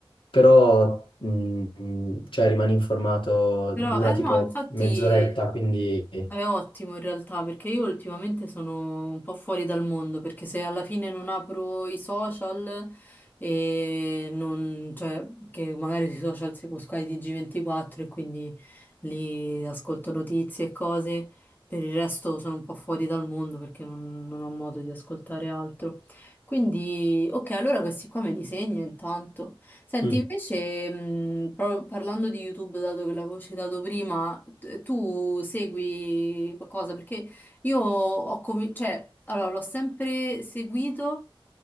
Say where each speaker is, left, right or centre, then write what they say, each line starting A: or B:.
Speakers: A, on the left; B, on the left.
A: però mh, cioè, rimani informato,
B: Però,
A: dura
B: eh
A: tipo
B: no, infatti
A: mezz'oretta, quindi...
B: è ottimo in realtà perché io ultimamente sono un po' fuori dal mondo perché se alla fine non apro i social e non, cioè, che magari sui social seguo Sky TG24 e quindi lì ascolto notizie e cose, per il resto sono un po' fuori dal mondo perché non, non ho modo di ascoltare altro. Quindi, ok, allora questi qua me li segno intanto. Senti,
A: Mm.
B: invece, mh, pro- parlando di YouTube, dato che l'avevo citato prima, t- tu segui qualcosa? Perché io ho cominciato, cioè, allora, l'ho sempre seguito,